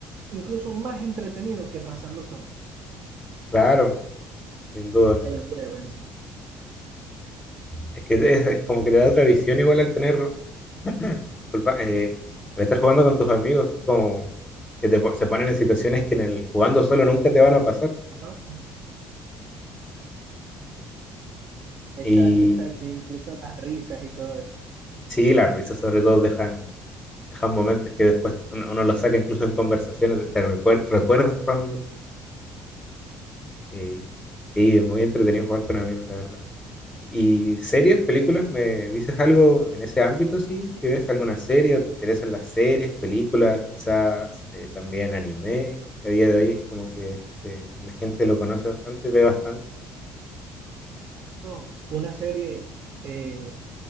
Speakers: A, on the right; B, on the left.
A: incluso más entretenido que pasarlo solo.
B: claro, sin duda.
A: El juego en sí.
B: Es que es, es como que te da otra visión igual al tener, <clears throat> disculpa, eh, al estar jugando con tus amigos, como que te po- se ponen en situaciones que en el jugando solo nunca te van a pasar.
A: Ajá. Exacto,
B: Y
A: exacto. Incluso las risas y todo eso.
B: sí, las risas sobre todo dejan dejan momentos que después uno, uno los saca incluso en conversaciones, de- te recuer- recuerdas cuando... eh, sí, es muy entretenido jugar con amigos, la verdad. ¿Y series, películas? ¿Me dices algo en ese ámbito? Sí, si ves alguna serie o te interesan las series, películas, quizás eh, también anime, que a día de hoy es como que se- la gente lo conoce bastante, ve bastante.
A: No, Una serie, eh,